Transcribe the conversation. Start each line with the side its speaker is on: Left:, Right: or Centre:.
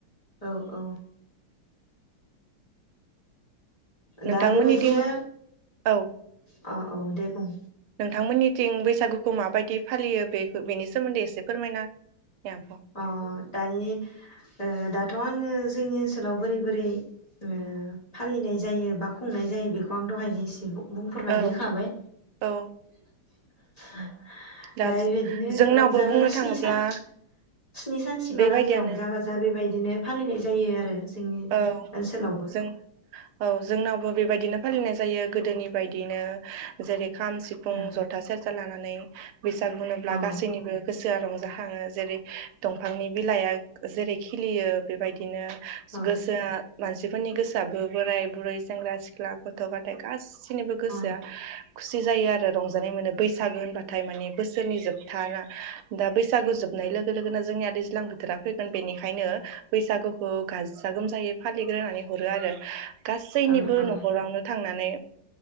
Left: औ औ।
Right: नोंथांमोननिथिं
Left: दा बेबायदिनो
Right: औ
Left: अ औ दे बुं
Right: नोंथांमोननिथिं बैसागुखौ माबायदि फालियो बे बेनि सोमोन्दै एसे फोरमायना होनाय आब'
Left: अ' दानि ओ दा थ' आङो जोंनि ओनसोलाव बोरै बोरै ओ फालिनाय जायो बा खुंनाय जायो बेखौ आं दहायनो एसे बु बुंफोरनानै
Right: औ
Left: होखाबाय।
Right: औ
Left: <inaudible>
Right: दा
Left: बेबायदिनो
Right: जोंनावबो
Left: रंजा बाजा
Right: बुंनो थाङोब्ला
Left: स्नि सान स्नि सानसिमहालागै
Right: बेबायदियानो
Left: रंजा बाजा बेबाय बेदिनो फालिनाय जायो आरो। जोंनि
Right: औ
Left: ओनसोलावबो
Right: जों औ जोंनावबो बेबायदिनो फालिनाय जायो गोदोनि बायदिनो जेरै खाम सिफुं
Left: अ
Right: जथा सेरजा लानानै। बैसागु होनोब्ला
Left: अ
Right: गासैनिबो गोस गोसोआ रंजाखाङो जेरै दंफांनि बिलाइआ जेरै खिलियो बेबायदिनो
Left: अ
Right: गोसोआ मानसिफोरनि गोसोआबो बोराय बुरै सेंग्रा सिख ख्ला गथ' गथाय गासिनिबो गोसोआ
Left: अ
Right: खुसि जायो आरो रंजानाय मोनो बैसागो होनबाथाय माने बोसोरनि जोबथा ना दा बैसागु जोबनाय लोगो लोगोनो जोंनिया दैज्लां बोथोरा फैगोन बेनिखायनो बैसागुखौ गाजा गोमजायै फालिग्रोनानै हरो आरो। गासैनिबो
Left: अ
Right: न'खरावनो थांनानै